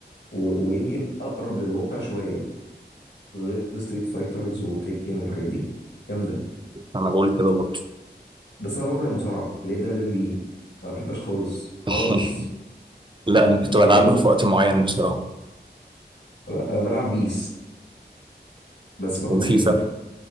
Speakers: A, on the left; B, on the right.
A: و... ويمكن اقرب للواقع شويه غير ستريت فايترز وتيكن والحاجات دي جامده
B: انا بقول كده برضو
A: بس انا بكره المصارعه اللي هي دبليو دبليو اي ما بحبهاش خالص خالص
B: <laughs> لا انا كنت
A: نهائيا
B: بلعبها في وقت معين بصراحة
A: انا بلعب بيس بس بكره
B: وفيفا
A: فيفا